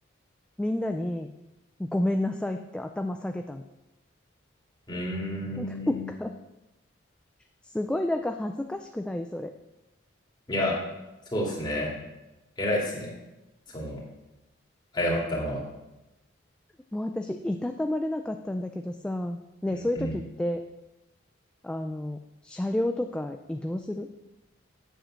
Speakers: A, in the centre; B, on the left (about 20°).
A: みんなに、ごめんなさいって頭下げたの。
B: い。うーん。
A: <laughs> なんか、すごいなんか恥ずかしくないそれ。
B: いや、そうですね。偉いっすね。その、謝ったのは。
A: もう私、いたたまれなかったんだけどさ、ね、
B: うんうん。
A: そういう時って、あの、車両とか移動する